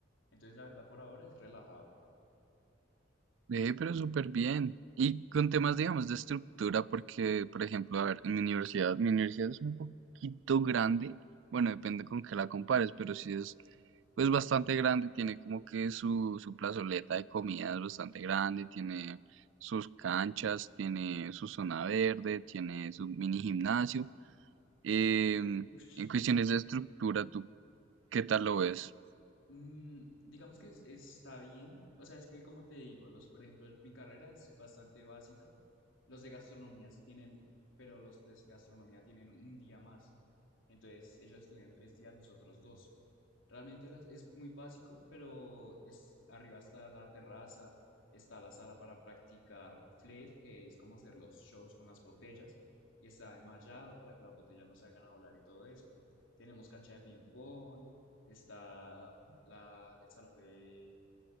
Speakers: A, on the left; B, on the right.
A: Entonces, la verdad, por ahora es relajado.
B: Ve, pero súper bien. Y con temas, digamos, de estructura, porque, por ejemplo, a ver, en mi universidad, mi universidad es un poquito grande, bueno, depende con qué la compares, pero sí es, pues, bastante grande, tiene como que su, su plazoleta de comidas bastante grande, tiene sus canchas, tiene su zona verde, tiene su mini gimnasio. Em,
A: Uy,
B: en cuestiones de estructura, ¿tú qué tal lo ves?
A: Mm, digamos que es- está bien. O sea, es que como te digo, los, por ejemplo, mi carrera es bastante básica. Los de gastronomía sí tienen, pero los de gastronomía tienen un día más. Entonces, ellos estudian tres días, nosotros dos. Realmente las- es muy básico, pero es, arriba está la terraza, está la sala para practicar flair, que es como hacer los shows con las botellas, y está enmallado para que las botellas no salgan a volar y todo eso. Tenemos cancha de ping pong, está la, el salón de,